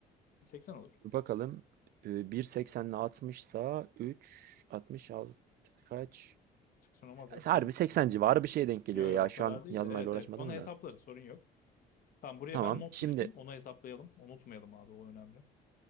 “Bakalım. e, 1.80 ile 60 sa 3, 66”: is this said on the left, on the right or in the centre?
Right